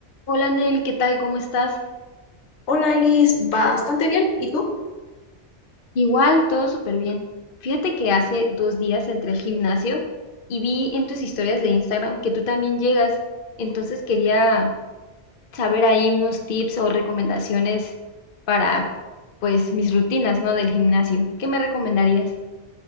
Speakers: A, on the left (about 55°); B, on the left (about 70°).
A: Hola Nel, ¿qué tal? ¿Cómo estás?
B: Hola Iris, bastante bien. ¿Y tú?
A: Igual, todo súper bien. Fíjate que hace dos días entré al gimnasio y vi en tus historias de Instagram que tú también llegas. Entonces quería saber ahí unos tips o recomendaciones para, pues, mis rutinas, ¿no? Del gimnasio. ¿Qué me recomendarías?